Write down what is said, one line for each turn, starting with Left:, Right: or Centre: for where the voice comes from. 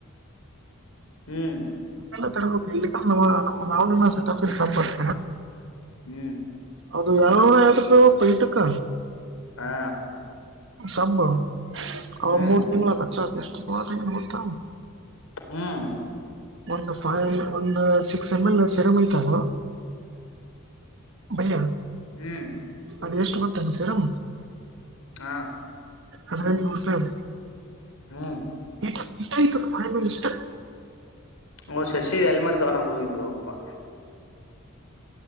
Left: ಹ್ಮ್
Right: ನ ನಮ್ಮ ನಾ ಸೆ ಬರ್ತ
Left: ಹ್ಮ್
Right: ಅದು ಯಾವ ಐವತ್ತು ರೂಪಾಯಿ ಒ ಊಟಕ್
Left: ಹಾ
Right: ಸಂಭವ ಅವ
Left: ಹ್ಮ್
Right: ಮೂರ್ ತಿಂಗ್ಗಳ ಖರ್ಚತ ಎಷ್ಟು ಸುಮಾರ ಗೊತ್ತ
Left: ಹ್ಮ್
Right: ಒಂದು ಫೈ ಒಂದು ಸಿಕ್ಸ್ ಎಮ್ ಎಲ್ ಸರಮ್ ಐ್ತಲ್ವಾ ಬೈಯ
Left: ಹ್ಮ
Right: ಅದ ಎಷ್ಟು ಗೊತ್ತಂನ ಸೀರಮ್
Left: ಹ್ಮ
Right: ಹಲ ನಮಸ್ಕಾರ
Left: ಹ್ಮ
Right: ಇಟ ಇಟ ಐತಿ ಬಾಯಿ ಮೇಲೆ ಇಷ್ಟ
Left: ಹ್ಮ ಶಶಿಗೆ ಹೆಲ್ಮೆಟ್ ತಗೊಳಕ್ ಹೋಗಿದ್ದ್ವ ಅಪ್ಪಾ